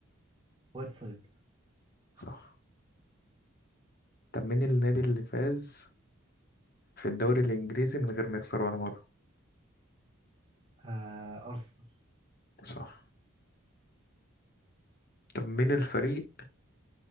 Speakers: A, on the right (about 25°); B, on the left (about 50°).
A: وايت سايد خلاص
B: صح طب مين النادي
A: ماشي.
B: اللي فاز في الدوري الإنجليزي من غير ما يخسر ولا مرة
A: آه ارسنال
B: صح طب مين الفريق